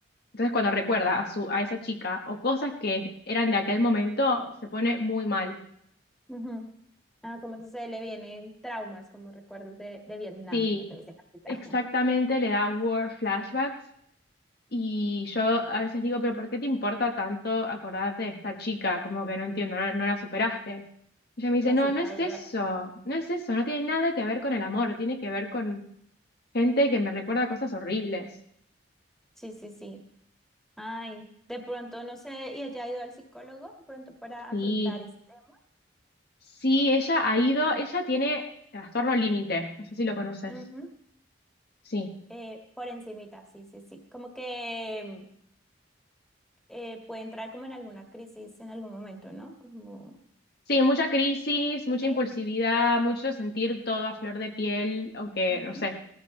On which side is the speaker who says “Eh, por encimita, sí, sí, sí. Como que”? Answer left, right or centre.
Centre